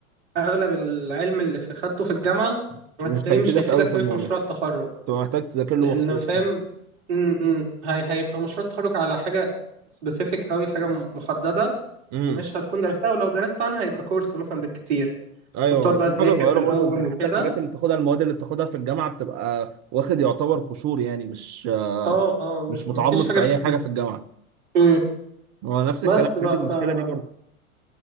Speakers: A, on the right; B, on the right.
A: اغلب العلم اللي في خدته في الجامعه هتلاقيه
B: مش هيفيدك
A: مش هيفيدك
B: قوي في
A: قوي
B: الموضوع
A: في مشروع التخرج
B: انت محتاج تذاكر له
A: لان
B: مخصوص
A: فاهم
B: اه
A: م- م. هي هيبقى مشروع التخرج على حاجه سبيسيفيك قوي حاجه م- محدده
B: امم
A: مش هتكون درستها ولو درست عنها هيبقى كورس مثلا بالكتير
B: ايوه
A: فبتقعد
B: هتكون
A: بقى تذاكر
B: حاجه صغيره
A: في الاول
B: برضه انت حتى
A: وكده
B: الحاجات اللي بتاخدها المواد اللي بتاخدها في الجامعه بتبقى واخد يعتبر قشور يعني مش آه،
A: اه اه مش
B: مش متعمق
A: مفيش حاجه
B: في
A: بت...
B: اي حاجه
A: بت...
B: في الجامعه
A: م.
B: هو نفس الكلام
A: بس بقى
B: عندي المشكله
A: فهي
B: دي برضه